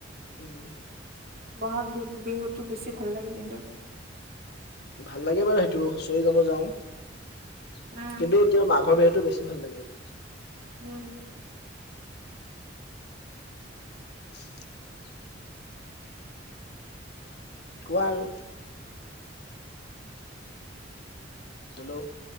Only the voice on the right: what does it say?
বহাগ বিহু-বিহুতটো বেছি ভাল লাগে কিন্তু।
উম
উম,